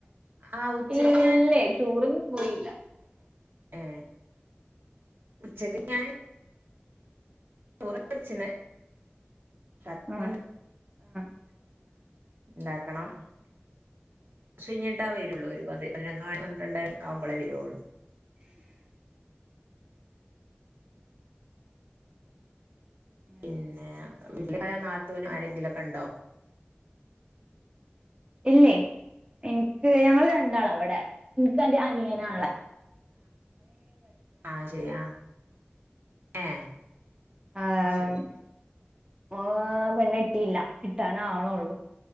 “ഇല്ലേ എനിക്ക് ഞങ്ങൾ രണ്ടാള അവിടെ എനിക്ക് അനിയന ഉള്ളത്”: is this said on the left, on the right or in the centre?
Right